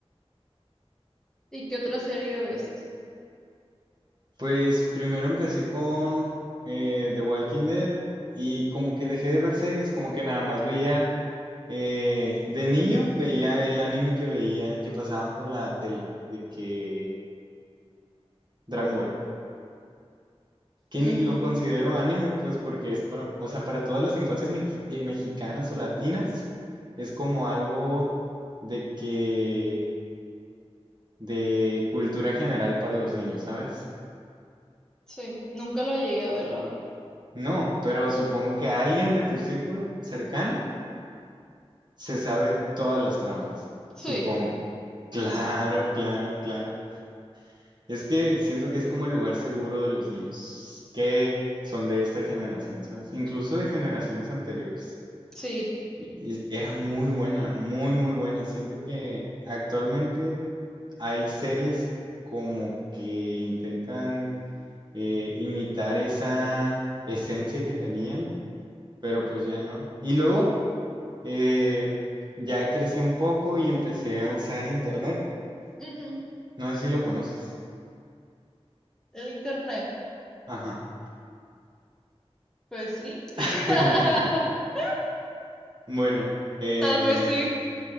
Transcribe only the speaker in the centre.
¿Y qué otra serie ves?
Mm,
sí, nunca lo llegué a ver, la verdad.
Sí,
sí,
sí.
Ujú,
El internet,
pues sí. <laughs>
Tal vez sí,